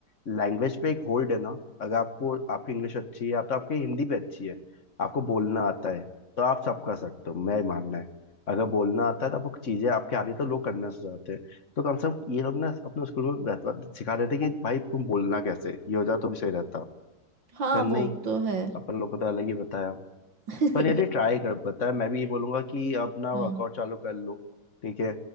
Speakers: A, on the left; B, on the right.
A: लैंग्वेज पे एक होल्ड है ना अगर आपको आपकी इंग्लिश अच्छी है या तो आपकी हिंदी भी अच्छी है आपको बोलना आता है तो आप सब कर सकते हो मैं मानना है अगर बोलना आता है तो आपको चीज़ें आपके आती है तो लोग कन्विंस हो जाते हैं तो कम से कम ये लोग ना अपने स्कूल में रहता सिखा देते कि भाई तुम बोलना कैसे ये हो जाए तो भी सही रहता
B: हाँ
A: पर नहीं
B: वो तो है
A: अपन लोग को तो अलग ही बताया
B: <laughs>
A: पर यदि ट्राई कर पता है मैं भी ये बोलूंगा कि अपना
B: हम्म
A: वर्कआउट चालू कर लो ठीक है